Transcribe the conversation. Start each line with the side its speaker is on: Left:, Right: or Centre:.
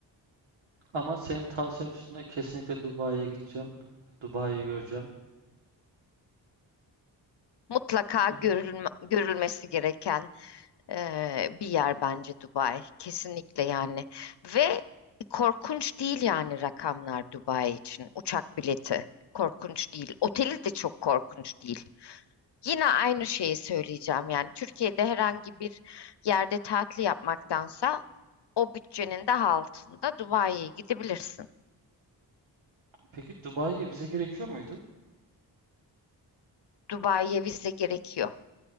Right: Ama senin tavsiyen üstüne kesinlikle Dubai'ye gideceğim. Dubai'yi göreceğim.
Left: Mutlaka
Right: O-
Left: görülme- görülmesi gereken e, bir yer bence Dubai. Kesinlikle yani. Ve korkunç değil yani rakamlar Dubai için. Uçak bileti korkunç değil. Oteli de çok korkunç değil. Yine aynı şeyi söyleyeceğim yani Türkiye'de herhangi bir yerde tatil yapmaktansa o bütçenin daha altında Dubai'ye gidebilirsin.
Right: Peki Dubai'ye vize gerekiyor muydu?
Left: Dubai'ye vize gerekiyor.